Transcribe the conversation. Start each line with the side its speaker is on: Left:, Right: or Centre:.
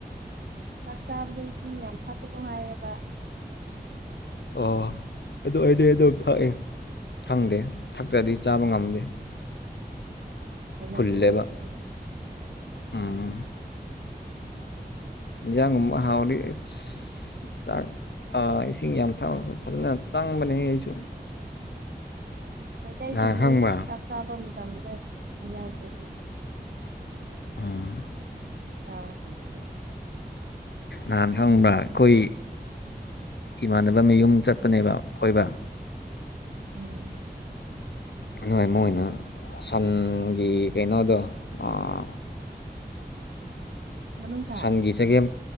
Right: ꯆꯥꯛ ꯆꯥꯕꯗ ꯏꯁꯤꯡ ꯌꯥꯝ ꯊꯛꯀꯅꯨ ꯍꯥꯏꯌꯦꯕ
Left: ꯑꯣ ꯑꯗꯨ ꯑꯩꯏꯗꯤ ꯑꯗꯨꯝ ꯊꯛꯑꯦ ꯈꯪꯗꯦ ꯊꯛꯇ꯭ꯔꯗꯤ ꯆꯥꯕ ꯉꯝꯗꯦ
Right: ꯍꯩꯅꯕꯤ
Left: ꯐꯨꯜꯂꯦꯕ
Right: ꯑꯣꯏꯕꯩ
Left: ꯎꯝ ꯍꯦꯟꯖꯥꯡꯒꯨꯝꯕ ꯍꯥꯎꯔꯗꯤ ꯏꯁ ꯆꯥꯛ ꯑ ꯏꯁꯤꯡ ꯌꯥꯝ ꯊꯛꯑꯣꯁꯨ ꯐꯖꯅ ꯆꯪꯕꯅꯦꯍꯦ ꯑꯩꯁꯨ
Right: ꯃꯩꯇꯩꯁꯤꯡꯗꯤ
Left: ꯅꯍꯥꯟ ꯈꯪꯕ꯭ꯔꯥ
Right: <unintelligible> ꯆꯥꯛ ꯆꯥꯕ ꯃꯇꯝꯗ ꯏꯁꯤꯡ ꯌꯥꯎꯗ꯭ꯔꯗꯤ
Left: <unintelligible>
Right: <unintelligible>
Left: ꯅꯍꯥꯟ ꯈꯪꯕ꯭ꯔꯥ ꯑꯩꯈꯣꯏ ꯏꯃꯥꯟꯅꯕ ꯃꯌꯨꯝ ꯆꯠꯄꯅꯦꯕ ꯀꯣꯏꯕ
Right: ꯎꯝ
Left: ꯅꯣꯏ ꯃꯣꯏꯅ ꯁꯟꯒꯤ ꯀꯩꯅꯣꯗꯣ ꯑꯥ
Right: ꯃꯅꯨꯡꯁꯥ
Left: ꯁꯟꯒꯤ ꯆꯒꯦꯝ